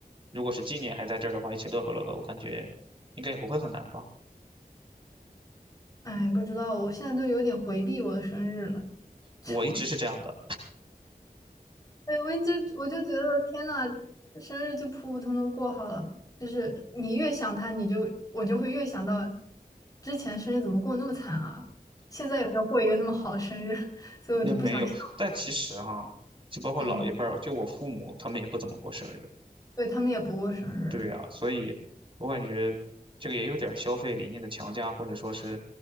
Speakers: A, on the right; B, on the left.
A: 如果是今年还在这儿的话，一起乐呵乐呵，我感觉应该也不会很难吧。
B: 哎，不知道，我现在都有点回避我的生日了。<laughs>
A: 我一直是这样的，
B: 对，我就我就觉得天呐，生日就普普通通过好了。就是你越想他，你就我就会越想到之前生日怎么过那么惨啊，现在有没有过一个那么好的生日？<laughs> 所以我就不想想了。
A: 也没有。但其实哈、就包括老一辈儿，
B: 嗯，
A: 就我父母，他们也不怎么过生日。
B: 对，他们也不过生日，
A: 对啊，所以我感觉这个也有点儿消费理念的强加，或者说是